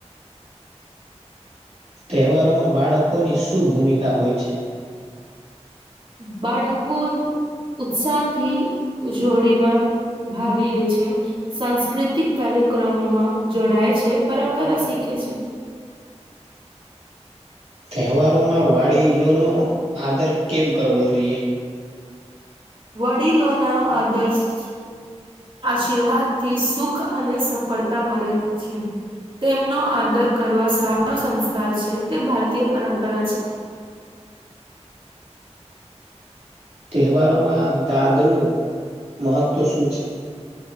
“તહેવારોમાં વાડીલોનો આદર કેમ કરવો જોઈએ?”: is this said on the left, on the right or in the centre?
Right